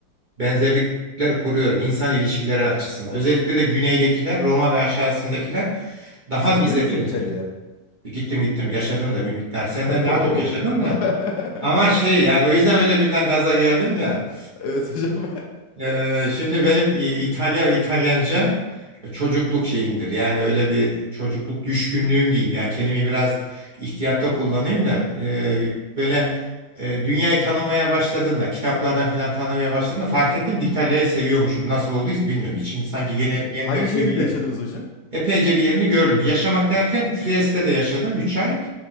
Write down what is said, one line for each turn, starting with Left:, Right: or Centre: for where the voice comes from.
Right: benzerlikler kuruyorum insan ilişkileri açısından. Özellikle de güneydekiler, Roma ve aşağısındakiler daha
Left: Siz gittiniz
Right: bize
Left: mi
Right: benziyor.
Left: hocam İtalya'ya?
Right: Gittim gittim yaşadım da
Left: O.
Right: bir miktar. Senden
Left: <laughs>
Right: daha
Left: Oo.
Right: çok yaşadım
Left: <laughs>
Right: da. Ama şey yani o yüzden öyle birden gaza geldim ya.
Left: Evet hocam.
Right: Ee, şimdi benim İ- İtalya ve İtalyanca çocukluk şeyimdir. Yani öyle bir çocukluk düşkünlüğüm diyeyim. Yani kelimeyi biraz ihtiyatta kullanayım da e, böyle e, dünyayı tanımaya başladığımda, kitaplardan filan tanımaya başladığımda fark ettim ki İtalya'yı seviyormuşum. Nasıl olduysa bilmiyorum. İçim sanki gene
Left: <laughs>
Right: genlerimde
Left: Hangi şehrinde
Right: bir yer.
Left: yaşadınız hocam?
Right: Epeyce bir yerini gördüm. Yaşamak derken Trieste'de yaşadım 3 ay.